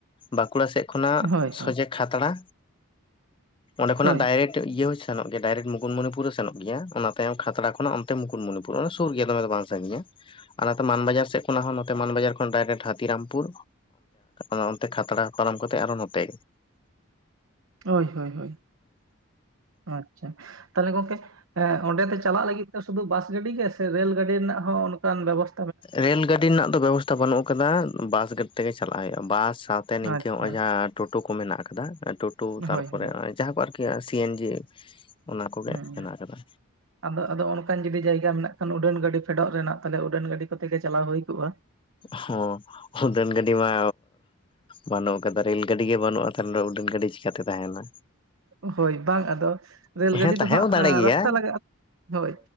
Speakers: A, on the left; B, on the right.
A: ᱵᱟᱸᱠᱩᱲᱟ ᱥᱮᱫ ᱠᱷᱚᱱᱟᱜ
B: ᱦᱳᱭ ᱦᱳᱭ
A: ᱥᱚᱡᱷᱮ ᱠᱷᱟᱛᱲᱟ, ᱚᱸᱰᱮ ᱠᱷᱚᱱᱟᱜ
B: ᱦᱳᱭ
A: ᱰᱟᱭᱨᱮᱠᱴ ᱤᱭᱟᱹ ᱦᱚᱸ ᱥᱮᱱᱚᱜ ᱜᱮᱭᱟ ᱰᱟᱭᱨᱮᱠᱴ ᱢᱩᱴᱢᱩᱱᱤᱯᱩᱨ ᱦᱚᱸ ᱥᱮᱱᱚᱜ ᱜᱮᱭᱟ, ᱚᱱᱟ ᱛᱟᱭᱚᱢ ᱠᱷᱟᱛᱲᱟ ᱠᱷᱚᱱᱟᱜ ᱚᱱᱛᱮ ᱢᱩᱠᱩᱴᱢᱚᱱᱤᱯᱩᱨ᱾ ᱚᱱᱟ ᱥᱳᱨ ᱜᱮᱭᱟ ᱫᱚ ᱢᱮ ᱫᱚ ᱵᱟᱝ ᱥᱟᱜᱤᱧ-ᱟ, ᱟᱞᱮ ᱱᱚᱛᱮ ᱢᱟᱱᱵᱟᱡᱟᱨ ᱥᱮᱫ ᱠᱷᱚᱱᱟᱜ ᱦᱚᱸ ᱢᱟᱱᱡᱟᱨ ᱰᱟᱭᱨᱮᱠᱴ ᱦᱟᱹᱛᱤᱨᱟᱢᱯᱩᱨ ᱚᱱᱛᱮ, ᱠᱷᱟᱛᱲᱟ ᱯᱟᱨᱚᱢ ᱠᱟᱛᱮ ᱟᱨᱦᱚᱸ ᱱᱚᱛᱮ
B: ᱦᱳᱭ ᱦᱳᱭ ᱦᱳᱭ, ᱟᱪᱪᱷᱟ᱾ ᱛᱟᱦᱚᱞᱮ ᱜᱚᱝᱠᱮ ᱮᱜ ᱚᱸᱰᱮ ᱛᱮ ᱪᱟᱞᱟᱜ ᱞᱟᱹᱜᱤᱫ ᱛᱮ ᱥᱩᱫᱷᱩ ᱵᱟᱥ ᱜᱟᱹᱰᱤ ᱜᱮ ᱥᱮ ᱨᱮᱹᱞ ᱜᱟᱹᱰᱤ ᱨᱮᱱᱟᱜ ᱦᱚᱸ ᱚᱱᱠᱟᱱ ᱵᱮᱵᱚᱥ
A: ᱨᱮᱹᱞ ᱜᱟᱹᱰᱤ ᱨᱮᱱᱟᱜ ᱫᱚ ᱵᱮᱵᱚᱥᱛᱷᱟ ᱵᱟᱹᱱᱩᱜ ᱟᱠᱟᱫᱟ᱾ ᱵᱟᱥ ᱜᱟᱹᱰᱤ ᱛᱮᱜᱮ ᱪᱟᱞᱟᱜ ᱦᱩᱭᱩᱜᱼᱟ, ᱵᱟᱥ ᱥᱟᱫ ᱛᱮ ᱱᱤᱝᱠᱟᱹ
B: ᱟᱪᱪᱷᱟ
A: ᱱᱚᱜ-ᱚᱭ ᱡᱟᱦᱟᱸ, ᱴᱳᱴᱳ ᱠᱚ ᱢᱮᱱᱟᱜ ᱟᱠᱟᱫᱟ ᱴᱳᱴ ᱴᱳ ᱛᱟᱨᱯᱚᱨᱮ
B: ᱦᱳᱭ ᱦᱳᱭ
A: ᱡᱟᱦᱟᱸ ᱠᱚ ᱟᱨ ᱠᱤ ᱥᱤ ᱮᱱ ᱡᱤ ᱚᱱᱟ ᱠᱚᱜᱮ
B: ᱦᱮᱸ
A: ᱢᱮᱱᱟᱜ ᱟᱠᱟᱫᱟ᱾
B: ᱟᱫᱚ ᱟᱫᱚ ᱚᱱᱠᱟᱱ ᱡᱩᱫᱤ ᱡᱟᱭᱜᱟ ᱢᱮᱱᱟᱜ ᱠᱷᱟᱱ, ᱩᱰᱟᱹᱱ ᱜᱟᱹᱰᱤ ᱯᱷᱮᱰᱚᱜ ᱨᱮᱱᱟᱜ, ᱛᱟᱦᱚᱞᱮ ᱩᱰᱟᱹᱱ ᱜᱟᱹᱰᱤ ᱠᱚᱛᱮ ᱜᱮ ᱪᱟᱞᱟᱣ ᱦᱳᱭ ᱠᱚᱜᱼᱟ᱾
A: ᱦᱚᱸ, ᱩᱰᱟᱹᱱ ᱜᱟᱰᱤ ᱢᱟ ᱵᱟᱹᱱᱩᱜ ᱟᱠᱟᱫᱟ ᱨᱮᱹᱞ ᱜᱟᱹᱰᱤ ᱜᱮ ᱵᱟᱹᱱᱩᱜᱼᱟ, ᱛᱟᱦᱮ ᱩᱰᱟᱹᱱ ᱜᱟᱹᱰᱤ ᱪᱤᱠᱟᱹᱛᱮ ᱛᱟᱦᱮᱱᱟ᱾
B: ᱦᱳᱭ ᱵᱟᱝ ᱟᱫᱚ ᱨᱮᱹᱞ
A: ᱦᱮᱸ
B: ᱜᱟᱹᱰᱤ
A: ᱛᱟᱦᱮᱸ
B: ᱫᱚ ᱦᱟᱸᱜ
A: ᱦᱚᱸ ᱫᱟᱲᱮ ᱜᱮᱭᱟ
B: ᱨᱟᱥᱛᱟ ᱞᱟᱜᱟᱜᱼᱟ, ᱦᱳᱭ